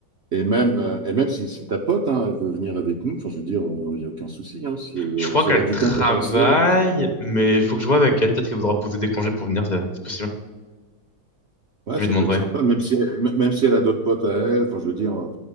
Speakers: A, on the right; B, on the left.
A: et même, euh, et même si, si ta pote, hein, elle veut venir avec nous, enfin, je veux dire, euh, il n'y a aucun souci. hein. si elle,
B: Je crois
A: si
B: qu'elle
A: elle a du
B: travaille,
A: temps pour passer.
B: mais il faut que je vois avec elle. Peut-être qu'elle voudra poser des congés pour venir, c'est c'est possible.
A: Ouais,
B: Je lui
A: ça
B: demanderai,
A: peut être sympa, même si, m- même si elle a d'autres potes à elle. Enfin, je veux dire,